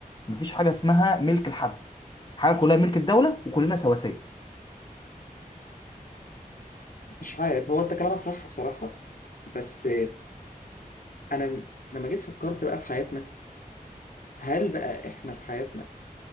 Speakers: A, on the left (about 30°); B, on the left (about 65°).
A: مفيش حاجه اسمها ملك لحد حاجه كلها ملك الدوله وكلنا سواسيه
B: مش عارف هو انت كلامك صح بصراحة بس انا لما جيت فكرت بقى في حياتنا هل بقى احنا في حياتنا